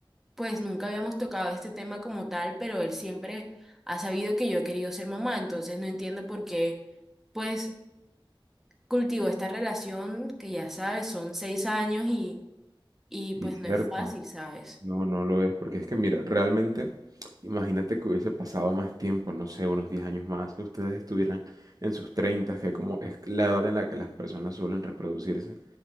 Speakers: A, in the centre; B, on the right.
A: pues nunca habíamos tocado este tema como tal, pero él siempre ha sabido que yo he querido ser mamá, entonces no entiendo por qué pues cultivo esta relación que ya sabes, son seis años y y
B: y
A: pues
B: cierto,
A: no es fácil, ¿sabes?
B: No, no lo es, porque es que mira, realmente, imagínate que hubiese pasado más tiempo, no sé, unos 10 años más, que ustedes estuvieran en sus 30, que como es la edad en la que las personas suelen reproducirse,